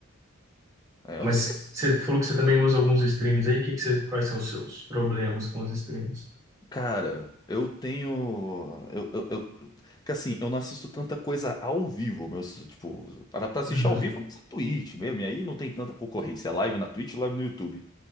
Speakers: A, on the left; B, on the right.
A: Aí eu
B: Mas
A: disse,
B: você falou que você também usa alguns streams aí. Que que você, quais são os seus problemas com os streams?
A: cara, eu tenho, eu, eu, eu- que assim, eu não assisto tanta coisa ao vivo, meu, tipo, para pra assistir
B: Uhum.
A: ao vivo é mais a Twitch mesmo, e aí não tem tanta concorrência, é live na Twitch, live no YouTube.